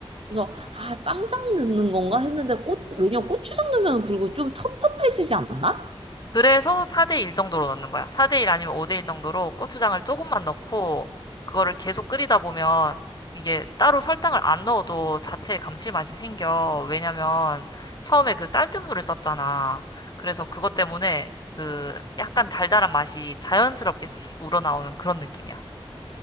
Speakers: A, on the right; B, on the left.
A: 그래서, 아, 쌈장 넣는 건가 했는데, 꽃, 왜냐면 고추장 넣으면 그리고 좀 텁텁해지지 않나?
B: 그래서 4대 1 정도로 넣는 거야. 4대 1 아니면 5대 1 정도로 고추장을 조금만 넣고 그거를 계속 끓이다 보면 이게 따로 설탕을 안 넣어도 자체의 감칠맛이 생겨. 왜냐면 처음에 그 쌀뜨물을 썼잖아. 그래서 그것 때문에 그 약간 달달한 맛이 자연스럽게 싹 우러나오는 그런 느낌이야.